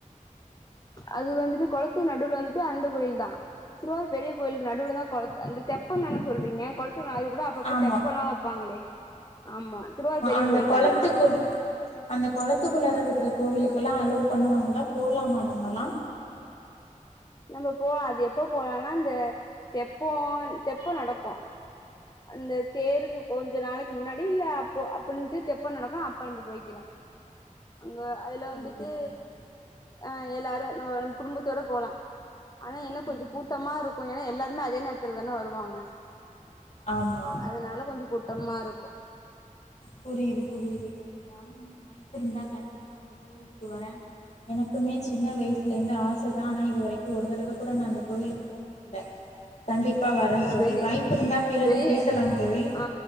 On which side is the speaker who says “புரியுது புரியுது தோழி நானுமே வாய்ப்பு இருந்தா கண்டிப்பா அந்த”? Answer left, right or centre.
Left